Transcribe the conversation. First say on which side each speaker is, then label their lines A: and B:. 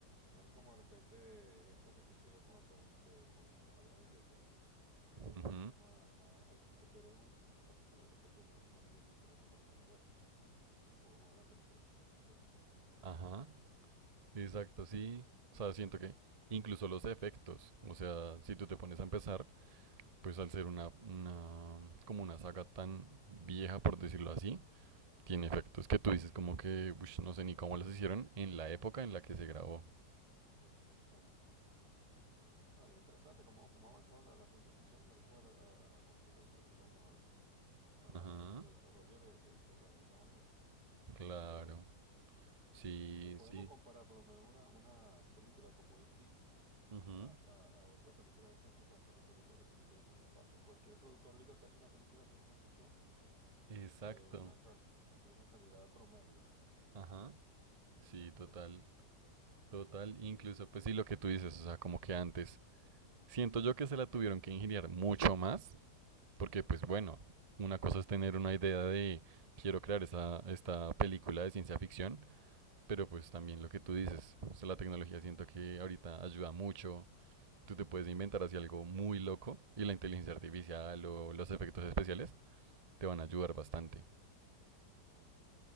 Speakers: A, on the right (about 65°); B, on the right (about 35°).
A: No es como de repente esto que sucedió con, el plan- de, con los Avengers, que, que
B: Ujú,
A: es más, más, eh, si te pierdes un, un capítulo, de repente no, no entiendes qué es lo que pasó en el otro. O en una película, pues, me refiero, no, no capítulos,
B: Ajá,
A: sino película.
B: exacto, sí. O sea, siento que incluso los efectos, o sea, si tú te pones a empezar, pues al ser una, una, como una saga tan vieja, por decirlo así, Tiene efectos que tú dices como que, ush, no sé ni cómo los hicieron en la época en la que se grabó.
A: E- Exacto, sí. No, y interesante cómo, cómo ha avanzado la, la ciencia ficción gracias a la, a- a la computación, digamos, al, a la-
B: Ajá,
A: al desarrollo de, de de las imágenes
B: claro.
A: y todo esto.
B: Sí,
A: No podemos
B: sí.
A: comparar por lo menos una, una película como E.T.
B: ujú,
A: A, a, a otra película de estas que están saliendo ahorita que tienen que ver con el espacio. Cualquier productor ahorita te hace una película de ciencia ficción
B: Exacto.
A: de una, ca- de una calidad promedio, pues.
B: Ajá. Sí,
A: Eh, Correcto,
B: total. Total. Incluso, pues sí, lo que tú dices, o sea, como que antes. Siento yo que se la tuvieron que ingeniar mucho más, porque pues bueno, una cosa es tener una idea de quiero crear esa, esta película de ciencia ficción, pero pues también lo que tú dices, o sea, la tecnología siento que ahorita ayuda mucho tú te puedes inventar así algo muy loco y la inteligencia artificial o los efectos especiales te van a ayudar bastante.
A: correcto.